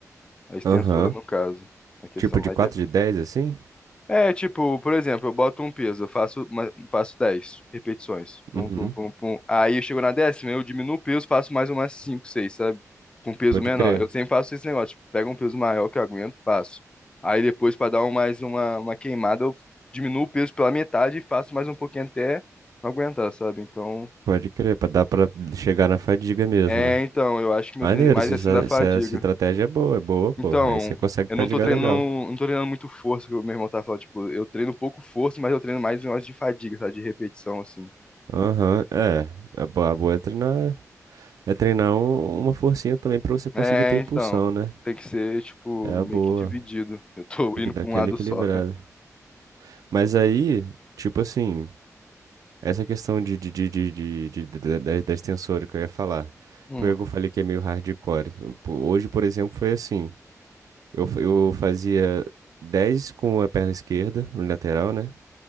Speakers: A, on the left (about 15°); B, on the right (about 80°).
A: A extensura,
B: Aham.
A: no caso. A questão
B: Tipo de
A: mais
B: 4
A: de
B: de dez assim?
A: É, tipo, por exemplo, eu boto um peso, eu faço, uma, faço 10 repetições. Pum,
B: Uhum.
A: pum, pum, pum. Aí eu chego na décima, eu diminuo o peso, faço mais umas 5, 6, sabe? Com peso
B: Pode
A: menor.
B: crer.
A: Eu sempre faço esse negócio, tipo, pego um peso maior que eu aguento, faço. Aí depois, pra dar um- mais uma, uma queimada, eu diminuo o peso pela metade e faço mais um pouquinho até aguentar, sabe? Então,
B: Pode crer, pra dar pra chegar na fadiga mesmo,
A: é,
B: né?
A: então, eu acho que meu
B: Maneiro,
A: treino é mais
B: essa,
A: assim
B: estra-
A: da fadiga.
B: essa essa estratégia é boa, é boa, pô.
A: Então,
B: Aí você consegue
A: eu
B: praticar
A: não tô treinando,
B: legal.
A: não tô treinando muito força, que o meu irmão tava falando, tipo, eu treino pouco força, mas eu treino mais em horas de fadiga, sabe, de repetição, assim.
B: Aham, é. A boa, a boa é treinar, é treinar um- uma forcinha também pra você conseguir
A: É,
B: ter impulsão,
A: então,
B: né?
A: tem que ser, tipo,
B: É a
A: meio
B: boa.
A: que dividido. Eu tô
B: Tem
A: <laughs> indo
B: que dar
A: pra
B: aquela
A: um lado
B: equilibrada.
A: só.
B: Mas aí, tipo assim, essa questão de, de, de, de, de, de- da, da da extensora que eu ia falar.
A: Hum,
B: Por que eu falei que é meio hardcore. Eu- po- Hoje, por exemplo, foi assim. Eu, fa- eu fazia 10 com a perna esquerda, no lateral, né?